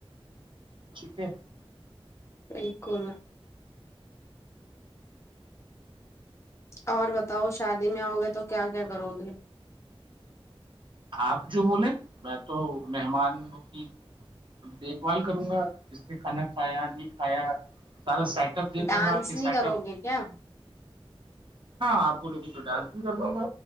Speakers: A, on the right (about 55°); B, on the left (about 30°).
A: ٹھیک ہے
B: بالکل اور بتاؤ شادی میں آؤ گے تو کیا کیا کرو گے
A: آپ جو بولے میں تو مہمان کی دیکھ بھال کروں گا اس نے کھانا کھایا نہیں کھایا سارا سیٹ اپ دیکھوں
B: ڈانس
A: گا کہ
B: نہیں
A: سیٹ
B: کرو
A: اپ
B: گے کیا
A: ہاں آپ بولو کہ تو ڈانس بھی کر لوں گا